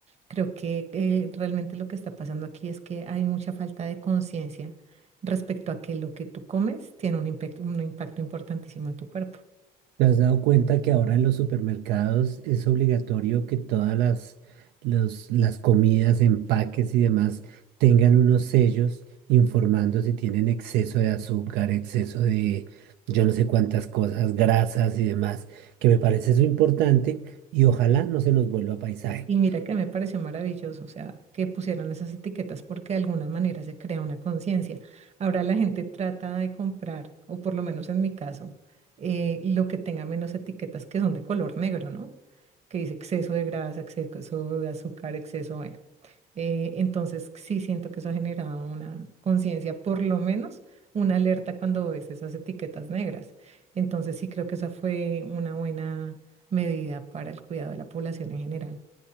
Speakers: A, on the right (about 40°); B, on the right (about 85°).
A: Creo que eh, realmente lo que está pasando aquí es que hay mucha falta de conciencia respecto a que lo que tú comes tiene un impec- un impacto importantísimo en tu cuerpo.
B: ¿Te has dado cuenta que ahora en los supermercados es obligatorio que todas las, los- las comidas, empaques y demás tengan unos sellos informando si tienen exceso de azúcar, exceso de yo no sé cuántas cosas, grasas y demás? Que me parece eso importante y ojalá no se nos vuelva paisaje.
A: Y mira que me pareció maravilloso, o sea, que pusieran esas etiquetas porque de alguna manera se crea una conciencia. Ahora la gente trata de comprar, o por lo menos en mi caso, eh, lo que tenga menos etiquetas que son de color negro, ¿no? Que dice exceso de grasa, exceso de azúcar, exceso, bueno. Eh, entonces sí siento que eso ha generado una conciencia, por lo menos una alerta cuando ves esas etiquetas negras. Entonces sí creo que esa fue una buena medida para el cuidado de la población en general.